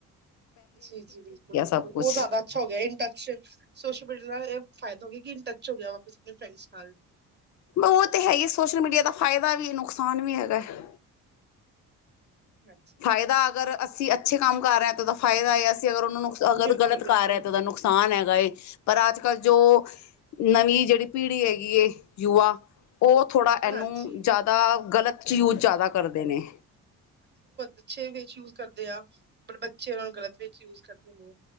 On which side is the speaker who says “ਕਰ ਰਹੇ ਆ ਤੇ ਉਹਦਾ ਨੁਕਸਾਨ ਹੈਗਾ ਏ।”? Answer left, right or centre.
Left